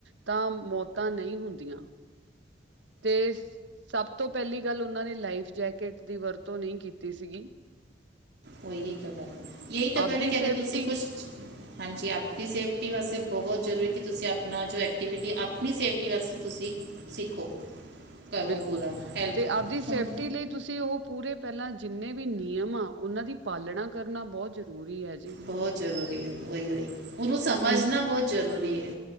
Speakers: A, on the right; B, on the right.
A: ਤਾਂ ਮੌਤਾਂ ਨਈ ਹੁੰਦੀਆਂ। ਤੇ ਸਭ ਤੋ ਪੇਲੀ ਗੱਲ, ਓਨਾ ਨੇ ਲਾਈਫ ਜੈਕਟ ਦੀ ਵਰਤੋ ਨਈ ਕੀਤੀ ਸੀਗੀ।
B: ਓਹੀ ਤਾ ਗੱਲ, ਯਹੀ ਤੋ ਗੱਲ
A: ਆਪਦੀ
B: ਏ ਕਿ ਅਗਰ
A: ਸੇਫਟੀ
B: ਤੁਸੀ ਕੁਛ ਹਾਂਜੀ ਅਪਤੀ ਸੇਫਟੀ ਵਾਸਤੇ ਬੋਹੋਤ ਜਰੂਰੀ ਕਿ ਤੁਸੀ ਅਪਨਾ ਜੋ ਐਕਟੀਵਿਟੀ ਅਪਨੀ ਸੇਫਟੀ ਵਸਤੇ ਤੁਸੀ ਸਿੱਖੋ। ਕਰੋ
A: ਬਿਲਕੁਲ
B: ਪੂਰਾ ਹੈਲਪ
A: ਤੇ ਆਵਦੀ ਸੇਫਟੀ
B: ਹੁਣ
A: ਲਈ ਤੁਸੀ ਓ ਪੂਰੇ ਪਹਿਲਾ ਜਿੰਨੇ ਵੀ ਨਿਯਮ ਆ, ਓਨਾਂ ਦੀ ਪਾਲਣਾ ਕਰਨਾ ਬੋਹੋਤ ਜਰੂਰੀ ਐ ਜ
B: ਬੋਹੋਤ ਜਰੂਰੀ ਏ ਓਹੀ ਓਹੀ, ਓਹਨੂੰ ਸਮਝਨਾ
A: ਇ
B: ਬੋਤ ਜਰੂਰੀ ਏ।